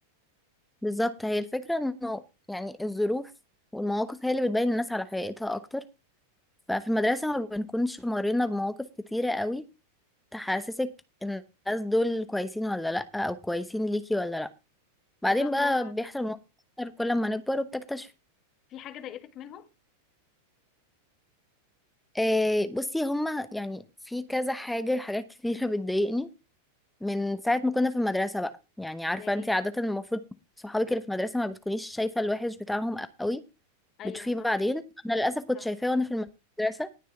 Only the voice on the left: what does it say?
بالظبط
هو
في حاجة ضايقتك منهم
زي ايه
ايوه
صح
صح